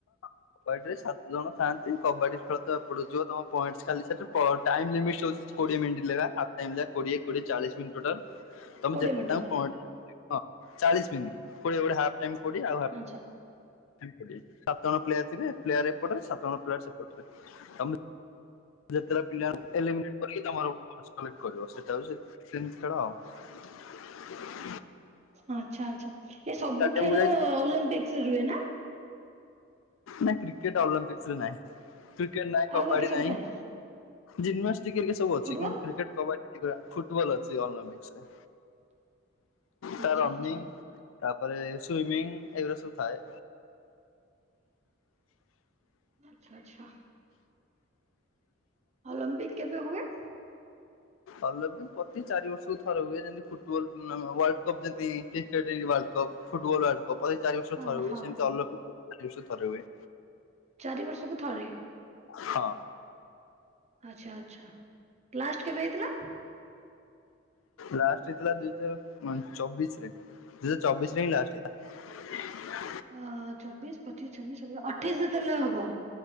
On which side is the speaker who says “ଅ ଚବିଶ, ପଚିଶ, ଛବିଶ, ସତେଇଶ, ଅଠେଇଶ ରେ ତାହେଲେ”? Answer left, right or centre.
Right